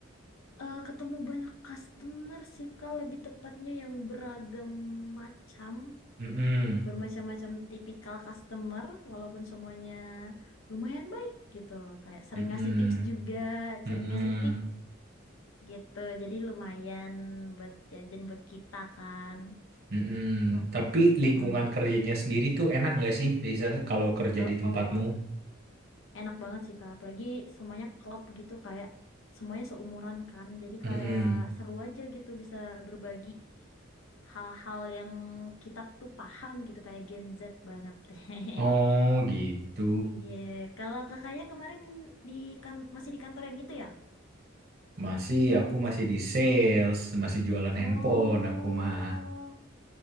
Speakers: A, on the left; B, on the right.
A: Eh ketemu banyak customer sih Kak lebih tepatnya yang beragam macam
B: Mm-mm.
A: bermacam-macam tipikal customer walaupun semuanya lumayan baik gitu kayak sering
B: Mm-mm.
A: ngasih tips juga
B: Mm-mm.
A: sering ngasih tip gitu jadi lumayan buat jajan buat kita kan
B: Mm-mm.
A: Mm-mm.
B: Tapi lingkungan
A: Hmm,
B: kerjanya sendiri tuh enak nggak sih, Lisa, kalau kerja
A: eh,
B: di tempatmu?
A: oh enak banget sih kak apalagi semuanya klop gitu kayak semuanya seumuran kan jadi
B: Mm-mm.
A: kayak seru aja gitu bisa berbagi hal-hal yang kita tuh paham gitu kayak Gen Z banget <laughs>
B: Oh gitu.
A: Iya, kalau kakaknya kemarin di kan masih di kantor yang itu ya?
B: Masih, aku masih di sales, masih jualan
A: Oh,
B: handphone, aku mah